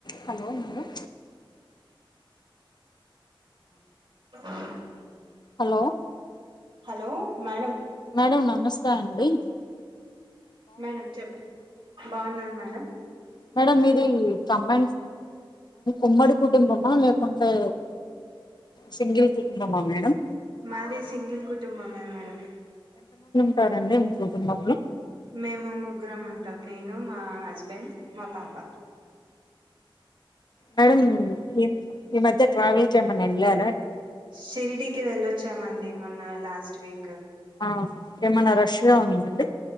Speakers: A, on the left; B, on the right.
A: Hello madam
B: ఆ
A: hello
B: hello madam
A: మేడ నమస్తే తండి
B: మేడం చెప్పం బాగున్నాను మేడం
A: మేడం మీది కబన్ ఉమ్మడి కుటుంబమా లేకుంటే సింగిల్ కుటుంబమా మేడం
B: మాది సింగిల్ కుటుంబమ మేడం
A: స్తారండి మీ కుటుంబంలో
B: మేము ముగ్గురం ఉంటాం నేను మా హస్బెండ్ మా పాప
A: మేడం ఏం ఈ మధ్య ట్రావెల్ కి ఏమైనా వెళ్ళారా
B: షిరిడికి వెళ్ళొచ్చామండి మన్నా లాస్ట్ వీక్
A: ఆ ఏమన్నా రష్గా ఉందండి